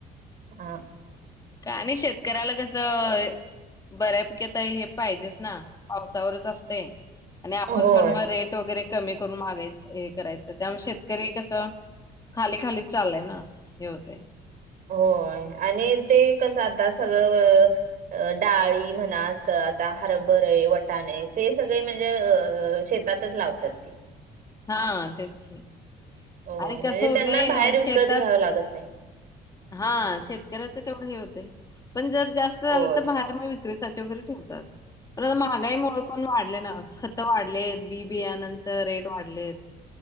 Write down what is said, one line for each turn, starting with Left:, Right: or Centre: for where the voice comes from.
Right: हा.
Left: काय नाही शेतकऱ्याला कसं बऱ्यापैकीता हे पाहिजेच ना पावसावरच असतय. आणि आपण
Right: होय
Left: पण मग रेट वगैरे कमी करून मागायच हे करायचं त्यामुळे शेतकरी कसं खाली खालीच चाललंय ना हे होतंय.
Right: होय आणि ते कसं आता सगळं डाळी म्हणा असं असत आता हरभरे वटाणे ते सगळे म्हणजे अ शेतातच लावतात ती.
Left: हा तेच की.
Right: हो
Left: आणि
Right: म्हणजे
Left: कसं होते
Right: त्यांना बाहेर
Left: अ
Right: विकत
Left: शेतात
Right: घ्यावं लागत नाही
Left: हा शेतकऱ्याच तेवढं हे होतेय पण जर जास्त झालं
Right: होय
Left: तर बाहेर मग विक्रीेसाठी वगैरे ठेवतात. बर महागाईमुळे पण वाढले ना खत वाढलेत बी बियानांच रेट वाढलेत